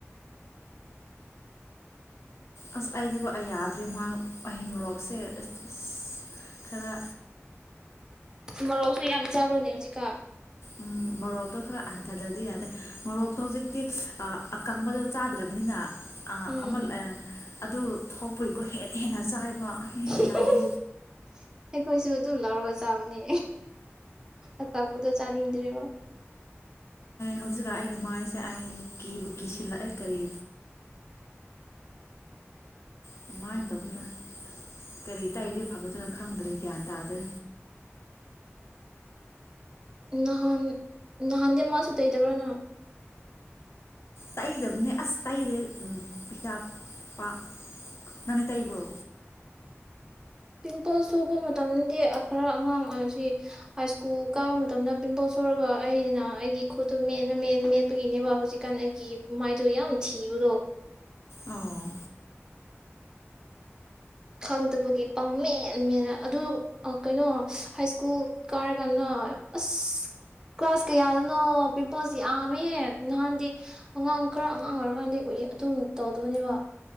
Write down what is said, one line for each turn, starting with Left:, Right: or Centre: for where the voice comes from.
Left: ꯑꯁ ꯑꯩꯗꯤꯀꯣ ꯌꯥꯗ꯭ꯦ ꯃꯥ ꯑꯍꯩ ꯃꯔꯣꯛꯁꯦꯁ ꯑꯁ ꯈꯔ
Right: ꯃꯔꯣꯛꯁꯨ ꯌꯥꯝ ꯆꯥꯕ꯭ꯔꯅꯦ ꯍꯧꯖꯤꯛꯀꯥ
Left: ꯎ ꯃꯣꯔꯣꯛꯇꯣ ꯈꯔ ꯍꯟꯊꯗꯗꯤ ꯌꯥꯗꯦ ꯃꯣꯔꯣꯛꯇꯣ ꯍꯧꯖꯤꯛꯇꯤ ꯑꯀꯪꯕꯗꯣ ꯆꯥꯗ꯭ꯔꯕꯅꯤꯅ ꯑ
Right: ꯎꯝ
Left: ꯑꯃꯃꯜ
Right: ꯎꯝ
Left: ꯑ ꯑꯗꯨ ꯊꯣꯛꯄꯒꯤꯀꯣ ꯍꯦꯟꯅ ꯍꯦꯟꯅ ꯆꯥꯏꯕ ꯑꯩ
Right: <unintelligible>
Left: ꯌꯥꯗ꯭ꯔꯦ
Right: ꯑꯩꯈꯣꯏꯁꯨ ꯑꯗꯨꯝ ꯂꯧꯔꯒ ꯆꯥꯕꯅꯤ ꯑꯀꯕꯗꯣ ꯆꯥꯅꯤꯡꯗ꯭ꯔꯦꯕ
Left: ꯍꯧꯖꯤꯛꯀ ꯑꯩꯒꯤ ꯃꯥꯏꯁꯦ ꯑꯩ ꯀꯦꯕꯨ ꯀꯤꯁꯤꯜꯂꯛꯑꯦ ꯀꯔꯤ ꯑꯗꯨꯃꯥꯏꯅ ꯇꯧꯗꯅ ꯀꯔꯤ ꯇꯥꯛꯏꯗꯤ ꯐꯒꯗꯣꯏꯅꯥ ꯈꯪꯗ꯭ꯔꯦ ꯒ꯭ꯌꯥꯟ ꯇꯥꯗ꯭ꯔꯦ
Right: ꯅꯍꯥꯟ ꯅꯍꯥꯟꯗꯤ ꯃꯁ ꯇ ꯏꯗꯕꯅ
Left: ꯇꯛꯏꯗꯕꯅꯦ ꯑꯁ ꯇꯩꯔꯦ ꯍꯤꯗꯥꯛ ꯄ ꯅꯪꯅꯦ ꯇꯩꯕ꯭ꯔꯣ
Right: ꯄꯤꯝꯄꯜꯁ ꯁꯣꯛꯄ ꯃꯇꯝꯗꯤ ꯈꯔ ꯑꯉꯥꯡ ꯑꯣꯏꯁꯤ ꯍꯥꯏ ꯁ꯭ꯀꯨꯜ ꯀꯥꯕ ꯃꯇꯝꯗ ꯄꯤꯝꯄꯜꯁ ꯁꯔꯒ ꯑꯩꯅ ꯑꯩꯒꯤ ꯈꯨꯠꯇꯣ ꯃꯦꯠꯅ ꯃꯦ ꯃꯦꯠꯄꯒꯤꯅꯦꯕ ꯍꯧꯖꯤꯛꯀꯥꯟ ꯑꯩꯒꯤ ꯃꯥꯏꯗꯣ ꯌꯥꯝ ꯊꯤꯕꯗꯣ
Left: ꯑꯣ
Right: ꯈꯪꯗꯕꯒꯤ ꯄꯪ ꯃꯦꯟꯃꯦꯅ ꯑꯗꯨ ꯀꯩꯅꯣ ꯍꯥꯏ ꯁ꯭ꯀꯨꯜ ꯀꯥꯏꯔꯀꯥꯟꯗ ꯑꯁ ꯀ꯭ꯂꯥꯁ ꯀꯌꯥꯗꯅꯣ ꯄꯤꯝꯄꯜꯁ ꯌꯥꯝꯃꯦ ꯅꯍꯥꯟꯗꯤ ꯑꯉꯥꯡ ꯈꯔ ꯑꯉꯥꯡ ꯑꯣꯏꯔꯀꯥꯟꯗꯤ ꯎ ꯑꯗꯨꯝ ꯇꯧꯗꯣꯏꯅꯦꯕ